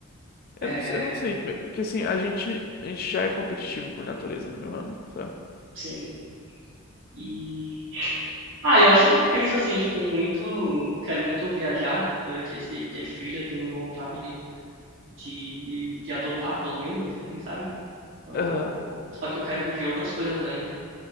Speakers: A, on the right; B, on the left.
A: é,
B: Eu não, eu não sei, mas- porque assim, a gente, a gente já é competitivo por natureza no meu ramo, sabe?
A: sim. E, ah, eu acho que eu penso assim, tipo, muito, quero muito viajar antes de ter filho. Eu tenho vontade de, de adotar, pelo menos, assim, sabe? Eu-
B: Aham.
A: só que eu quero viver outras coisas antes.